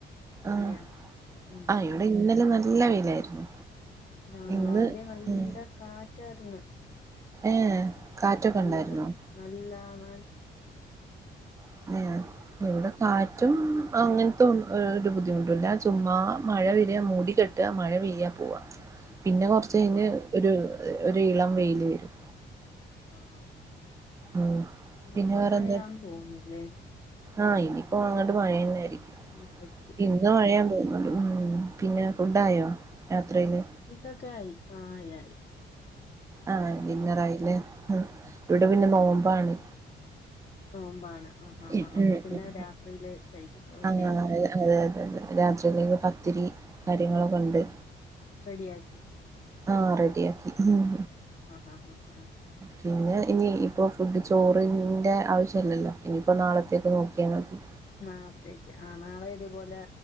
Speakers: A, on the right (about 15°); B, on the left (about 30°).
A: ആഹ്
B: മഴയാണ് ഉം
A: ആ ഇവിടെ ഇന്നലെ നല്ല വെയിലായിരുന്നു.
B: ആഹ്
A: ഇന്ന്
B: രാവിലേ നല്ല
A: ഉം
B: കാറ്റായിര്ന്ന്.
A: ഏഹ്. കാറ്റൊക്കെ
B: നല്ല
A: ഉണ്ടായിരുന്നോ
B: നല്ലാ മ
A: <unintelligible> ഇവിടെ കാറ്റും അങ്ങനതേ ഒരു ബുദ്ധിമുട്ടുമില്ല ചുമ്മാ മഴ വെര മൂടി കെട്ട് ട്ടാ മഴ പെയ്യാ പോവാ. പിന്നെ കൊറച്ച്
B: ആഹ്
A: കഴിഞ്ഞ്
B: ആഹ്
A: ഒരു ഒരു ഇളം വെയില് വരും.
B: ആഹ്.
A: അഹ്
B: ഇനിയിപ്പ
A: പിന്നെ വേറെ
B: മഴയാന്ന്
A: എന്താ?
B: തോന്നുന്നില്ലേ
A: ആഹ് ഇനിയിപ്പോ അങ്ങോട്ട് മഴയെന്നായിരിക്കും.
B: മഴയായിരിക്കും
A: ഇന്ന്
B: ഉം
A: മഴയുണ്ട് പിന്നെ ഫുഡായൊ യാത്രയില്.
B: ഫുഡ്ഡൊക്കെ ആയി ആഹ് എല്ലാ ആയി.
A: ആഹ്
B: ഉം.
A: ഡിന്നറായില്ലേ ആഹ് ഇവിടെ പിന്നെ നോമ്പാണ്.
B: നോമ്പാണ് ആഹ് ആഹ്
A: ഉം
B: അപ്പൊ പിന്നെ
A: ഉം
B: രാത്രിയില് കഴിക്കത്തോളൂല്ലേ
A: ആഹ് അതെ അതെ രാത്രിയിലേക്ക് പത്തിരി കാര്യങ്ങളൊക്കെ ഉണ്ട്
B: റെഡിയാക്കി
A: ആഹ് റെഡിയാക്കി മം
B: ആഹ് ആഹ് ആഹ് ആഹ
A: പിന്നെ ഇനി ഇപ്പോൾ ഫുഡ് ചോറിൻ്റെ ആവശ്യല്ലല്ലോ ഇനിയിപ്പോൾ നാളത്തേക്ക് നോക്കിയാൽ മതി
B: നാളത്തേക്ക് ആ നാളെ ഇതുപോലെ